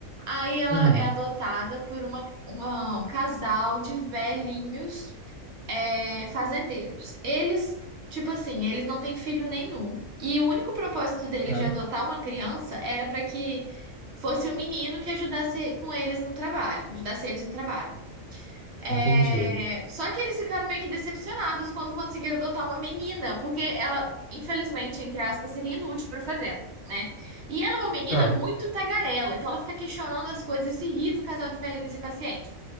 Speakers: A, on the right; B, on the left.
A: Aí ela
B: Hum,
A: é adotada por uma, uma- um casal de velhinhos. é, fazendeiros. Eles, tipo assim, eles não têm filho nenhum. E o único propósito deles
B: tá.
A: de adotar uma criança era para que fosse o menino que ajudasse com eles no trabalho, ajudasse eles no trabalho. É,
B: Entendi.
A: Só que eles ficaram meio que decepcionados quando conseguiram adotar uma menina, porque ela, infelizmente, entre aspas, seria inútil para fazenda. Né? E ela é uma menina
B: Claro.
A: muito tagarela, então ela fica questionando as coisas e se irrita o casal de velhinhos impacientes.